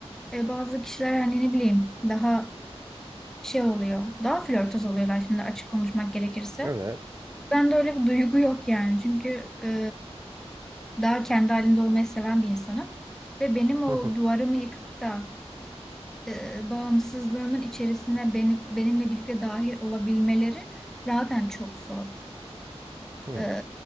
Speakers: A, in the centre; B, on the right.
A: E, bazı kişiler hani ne bileyim daha şey oluyor. Daha flörtöz oluyorlar şimdi açık konuşmak gerekirse.
B: Evet.
A: Ben de öyle bir duygu yok yani. Çünkü e, daha kendi halinde olmayı seven bir insanım. Ve benim o
B: Hı hı.
A: duvarımı yıkıp da e, bağımsızlığımın içerisine benim benimle birlikte dahil olabilmeleri zaten çok zor.
B: Hı hı.
A: E,